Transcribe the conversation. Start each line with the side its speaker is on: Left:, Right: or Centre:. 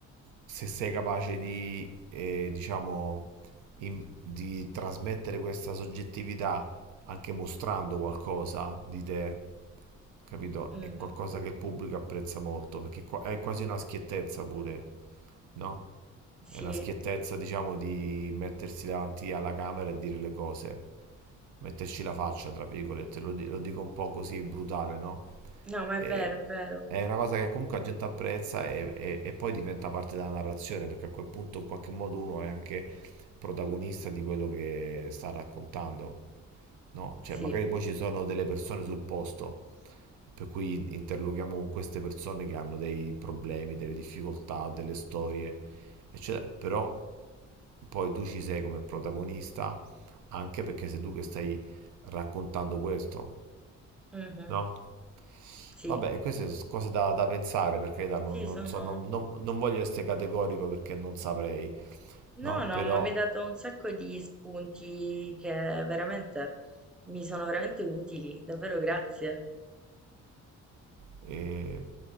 Right: se sei capace di, eh, diciamo, in- di trasmettere questa soggettività anche mostrando qualcosa di te, capito?
Centre: Mhm,
Right: È qualcosa che il pubblico apprezza molto, perché qua- è quasi una schiettezza pure, no?
Centre: Sì,
Right: È una schiettezza, diciamo, di mettersi davanti alla camera e dire le cose, metterci la faccia, tra virgolette, lo, di- lo dico un po' così brutale, no?
Centre: no, ma
Right: E-
Centre: è vero, è vero,
Right: è una cosa che comunque la gente apprezza e, e- e poi diventa parte della narrazione, perché a quel punto in qualche modo uno è anche protagonista di quello che sta raccontando, no? Cioè,
Centre: sì,
Right: magari poi ci sono delle persone sul posto. Per cui interloghiamo con queste persone che hanno dei problemi, delle difficoltà, delle storie eccetera. Però poi tu ci sei come protagonista anche perché sei tu che stai raccontando questo,
Centre: mhm,
Right: no?
Centre: Sì.
Right: Vabbè, queste sono cose da, da pensare perché non,
Centre: Sì,
Right: non
Centre: sono...
Right: so, non, non- non voglio essere categorico perché non saprei, no?
Centre: No, no,
Right: Però
Centre: ma mi hai dato un sacco di spunti che veramente mi sono veramente utili, davvero grazie.
Right: E